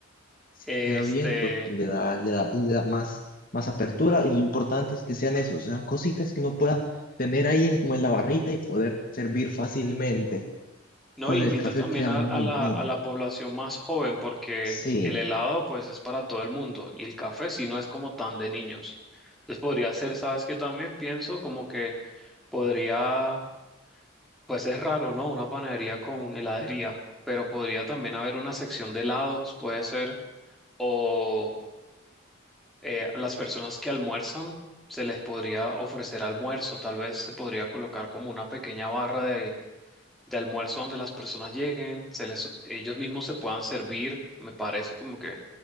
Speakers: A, on the left (about 40°); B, in the centre.
A: sí
B: Este,
A: queda bien porque le da, le da, le da más, más apertura y lo importante es que sean esos, sean cositas que uno pueda tener ahí en- como en la barrita y poder servir fácilmente.
B: No,
A: Con
B: invita
A: el café
B: también
A: queda
B: a,
A: muy
B: a la,
A: bien.
B: a la población más joven porque
A: Sí,
B: el helado pues es para todo el mundo y el café si no es como tan de niños. Entonces podría ser, sabes que también pienso como que podría, pues es raro, ¿no? Una panadería con heladería, pero podría también haber una sección de helados, puede ser, o eh, las personas que almuerzan se les podría ofrecer almuerzo, tal vez se podría colocar como una pequeña barra de almuerzo donde las personas lleguen, se les, ellos mismos se puedan servir. Me parece como que